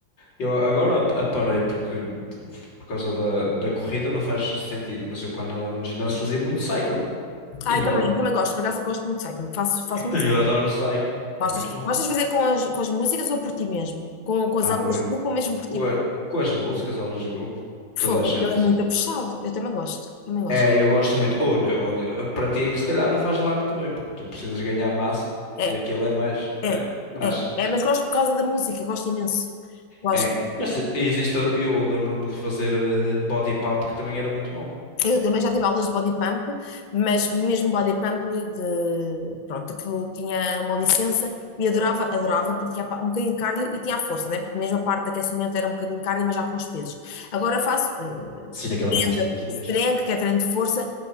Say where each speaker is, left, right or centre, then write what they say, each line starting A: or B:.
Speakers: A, on the left; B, on the left.
A: Eu agora aparei porque por causa da, da corrida não faz sentido, mas eu quando andava no ginásio fazia muito cycling,
B: Ah,
A: indoor.
B: eu também, eu também gosto, por acaso gosto muito de cycling, faço, faço
A: <laughs>
B: muito
A: Eu
B: cycling.
A: adoro cycling, é
B: Gostas,
A: muito bom.
B: gostas de fazer com as, com as músicas ou por ti mesmo? Com, com as
A: Ah,
B: aulas
A: com, a-
B: de
A: co-
B: grupo ou mesmo por
A: com,
B: ti?
A: a- com as músicas, aulas de grupo,
B: Fogo,
A: toda a gente.
B: aquilo é muito puxado, eu também gosto, também gosto.
A: É, eu gosto muito. Ou, ne- ou, ne- para ti é que se calhar não faz lá muito bem, porque tu precisas ganhar massa
B: É,
A: e aquilo é mais. É,
B: É,
A: mas
B: é, é, mas gosto por causa da música, gosto imenso. Gosto,
A: é. Mas existe, eu lembro-me de fazer eh, body pump que também era muito bom.
B: Eu também já tive aulas de body pump, mas mesmo body pump de, pronto, que eu tinha uma licença e adorava, adorava porque tinha pa- um bocadinho de cardio e tinha a força, né? Porque mesmo a parte de aquecimento era um bocadinho de cardio, mas já com os pesos. Agora faço eh,
A: Sim, naquela
B: strength,
A: mistura dos dois.
B: strength, que é treino de força.